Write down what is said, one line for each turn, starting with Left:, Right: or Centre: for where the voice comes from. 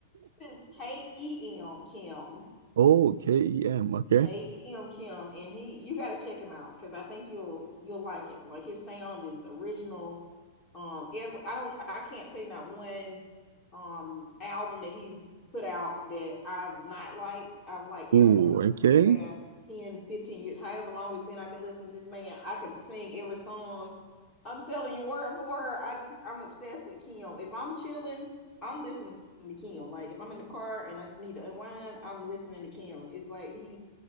Left: it's K E M Kim.
Right: Oh, K-E-M. Okay.
Left: K E M Kim, and he you got to check him out because I think you'll you'll like him. Like his sound is original. Um, every I don't I can't tell you not one um album that he's put out that I've not liked. I've liked every
Right: Ooh,
Left: one
Right: okay.
Left: of them for the past 10, 15 years, however long it's been. I've been listening to this man. I could sing every song. I'm telling you, word for word. I just I'm obsessed with Kim. If I'm chilling, I'm listening to Kim. Like if I'm in the car and I just need to unwind, I'm listening to Kim. It's like he's